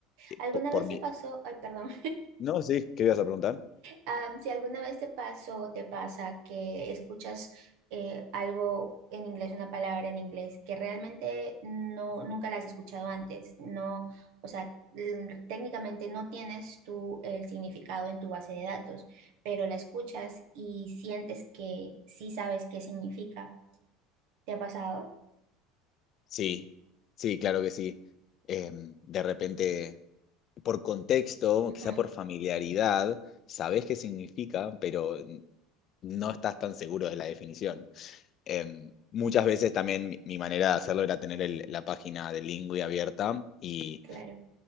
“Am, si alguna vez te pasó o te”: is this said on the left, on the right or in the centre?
Right